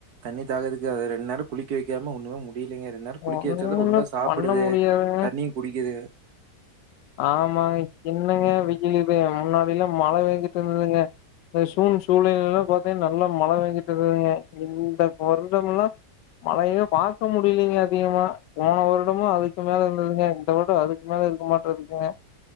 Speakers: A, on the right (about 65°); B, on the left (about 85°).
A: தண்ணி தாகத்துக்கு அத ரெண்டு நாள் குளிக்க வெக்காம ஒண்ணுமே மு அப்படி இல்லீங்க ரெண்டு நேரோ குளிக்க
B: ஒன்னுமே
A: வச்சாத ஒழுங்கா சாப்பிடுது
B: பண்ண முடியாதுங்க
A: தண்ணியு குடிக்கிது
B: ஆமாங்க என்னங்க
A: ம்.
B: வெயில் இது முன்னாடி எல்லா மழ பேஞ்சிட்டு இருந்ததுங்க இந்த சூன் சூலைலெல்லா பாத்தீங்க நல்லா மழ பேஞ்சிட்டு இருந்ததுங்க இந்த வருடமெல்லா மழையே பாக்க முடியலீங்க அதிகமா போன வருடமு அதுக்கு மேல இருந்ததுங்க இந்த வருட அதுக்கு மேல இருக்குமா ருக்கே